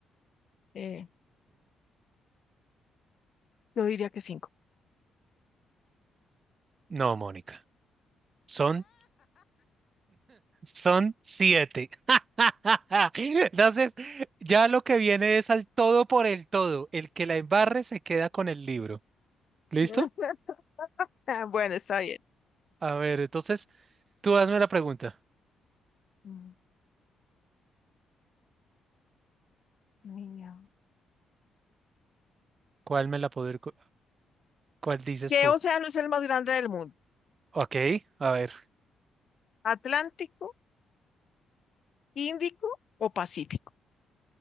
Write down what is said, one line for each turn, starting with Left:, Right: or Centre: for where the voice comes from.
Left: Eh, Yo diría que cinco.
Right: No, Mónica. Son, son siete. <laughs> Entonces, ya lo que viene es al todo por el todo. El que la embarre se queda con el libro. ¿Listo?
Left: <laughs> Ah, Bueno, está bien.
Right: A ver, entonces, tú hazme la pregunta.
Left: Mm, niña.
Right: ¿Cuál me la poder, cu- cuál dices
Left: ¿Qué
Right: tú?
Left: océano es el más grande del mundo?
Right: Ok, a ver.
Left: ¿Atlántico, Índico o Pacífico?